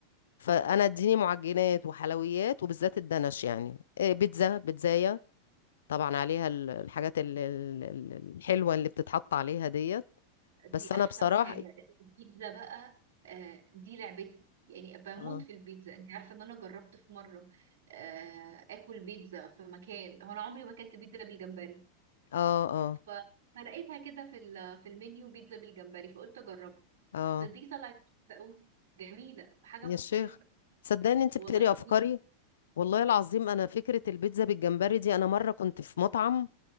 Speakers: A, on the left; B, on the right.
A: فانا اديني معجنات وحلويات وبالذات الدنش يعني إيه، بيتزا بيتزايه طبعا عليها ال- الحاجات ال- ال- ال- الحلوه اللي بتتحط عليها ديت بس
B: دي
A: انا
B: احسن
A: بصراحه
B: حاجه البيتزا بقى أه دي لعبتي يعني بموت
A: اه
B: في البيتزا انت عارفه ان انا جربت في مره أه اكل بيتزا في مكان هو انا عمري ما اكلت بيتزا بالجمبري
A: اه اه
B: ف... فلقيتها كده في ال... في المنيو بيتزا بالجمبري فقلت اجربها
A: اه
B: صدقني طلعت كويسة قوي جميله وحاجه
A: يا
B: مختلفه
A: شيخ صدقني انت
B: والله
A: بتقري افكاري
B: جميله
A: والله العظيم انا فكره البيتزا بالجمبري دي انا مره كنت في مطعم